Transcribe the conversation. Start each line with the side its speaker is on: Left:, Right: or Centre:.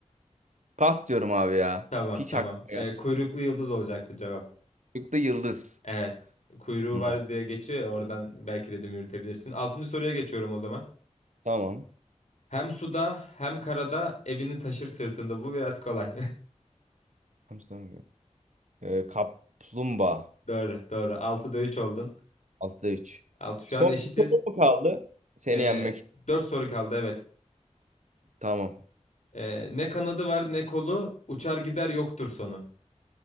Right: Pas diyorum abi ya.
Left: Tamam
Right: Hiç
Left: tamam.
Right: aklıma gelmedi.
Left: Ee, kuyruklu yıldız olacaktı cevap.
Right: Çocukta yıldız.
Left: Evet. Kuyruğu
Right: Hı.
Left: var diye geçiyor ya oradan belki dedim yürütebilirsin. Altıncı soruya geçiyorum o zaman.
Right: Tamam.
Left: Hem suda hem karada evini taşır sırtında. Bu biraz kolay.
Right: Hamsi dönüyor. Ee, kaplumbağa.
Left: <laughs> Doğru doğru. 6'da 3 oldun.
Right: 6'da 3.
Left: 6 şu
Right: Son
Left: an eşitiz.
Right: bir soru mu kaldı? Seni
Left: Ee,
Right: yenmek için.
Left: 4 soru kaldı evet.
Right: Tamam.
Left: Ee, ne kanadı var ne kolu uçar gider yoktur sonu.